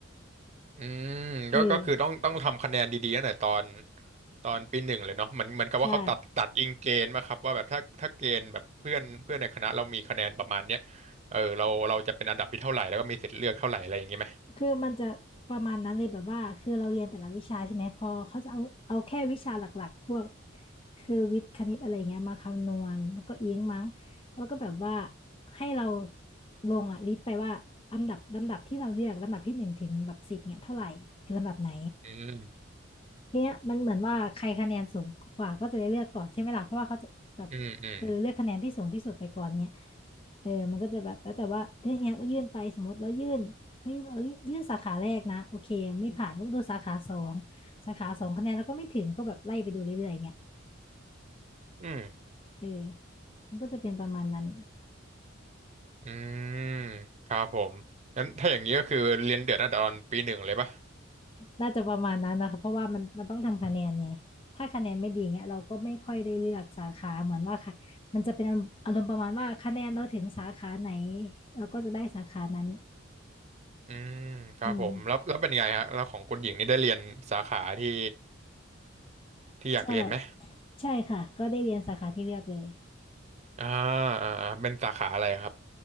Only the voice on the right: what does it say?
อืมก็ก็คือต้องต้องทำคะแนนดีๆตั้งแต่ตอน
ตอนปีหนึ่งเลยเนาะเหมือนเหมือนกับว่าเขาตัดตัดอิงเกณฑ์มาครับว่าแบบถ้าถ้าเกณฑ์แบบเพื่อนเพื่อนในคณะเรามีคะแนนประมาณเนี้ย
เออเราเราจะเป็นอันดับที่เท่าไหร่แล้วก็มีสิทธิ์เลือกเท่าไหร่อะไรอย่างงี้ไหม
อืม
อืมอืม
อืม
อืมครับผมงั้นถ้าอย่างนี้ก็คือเรียนเดือดตั้งแต่ตอนปีหนึ่งเลยปะ
อืมครับผมแล้วแล้วเป็นไงฮะแล้วของคุณหญิงนี่ได้เรียนสาขาที่
ที่อยากเรียนไหม
อ่าอ่าอ่าเป็นสาขาอะไรครับ